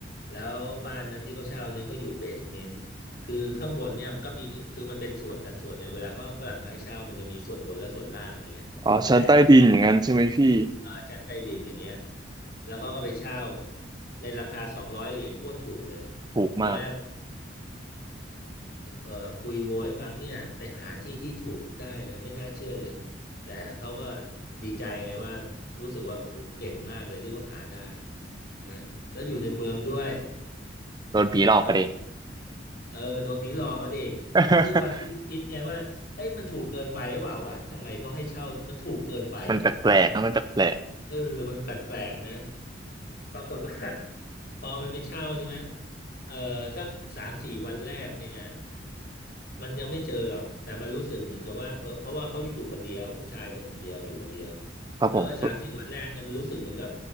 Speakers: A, on the left; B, on the right.
A: แล้วบ้านนั้นที่เขาเช่าเนี่ยเขาอยู่เบสเมนต์คือข้างบนเนี่ยมันก็มีคือมันเป็นส่วนสัดส่วนเนี่ยเวลาเขาฝรั่งเขาให้เช่ามันจะมีส่วนบนและส่วนล่างอะไรเงี้ยแล้วก็แบ่ง
B: อ๋อชั้นใต้ดินอย่างนั้นใช่ไหมพี่
A: อ่าชั้นใต้ดินอย่างเงี้ยแล้วเขาก็ไปเช่าในราคาสองร้อยเหรียญโคตรถูกเลย
B: ถูกมาก
A: ตอนแรกเอ่อคุยโวให้ฟังเนี่ยไปหาที่ที่ถูกได้นะไม่น่าเชื่อเลยแต่เขาก็ดีใจไงว่ารู้สึกว่าโอ้โหเก่งมากเลยที่เขาหาได้นะแล้วอยู่ในเมืองด้วย
B: โดนผีหลอกไปเลย
A: แล้วเออโดนผีหลอกก็ดีคือด้วยความที่คิดไงว่าเอ้ยมันถูกเกินไปหรือเปล่าวะทำไมเขาให้เช่ามันถูกเกินไปนะ
B: <laughs> มันแปลกๆนะมันแปลก
A: เออมันแปลกๆนะ ปรากฏว่า <laughs> พอมันไปเช่าใช่ไหมเออสักสามสี่วันแรกเนี่ยมันยังไม่เจอหรอกแต่มันรู้สึกเหมือนกับว่าเพราะเพราะว่าเขาอยู่คนเดียวผู้ชายคนเดียวอยู่คนเดียว
B: ๆครับผม
A: แล้วสามสี่วันแรกเนี่ยมันรู้สึกเหมือนกับ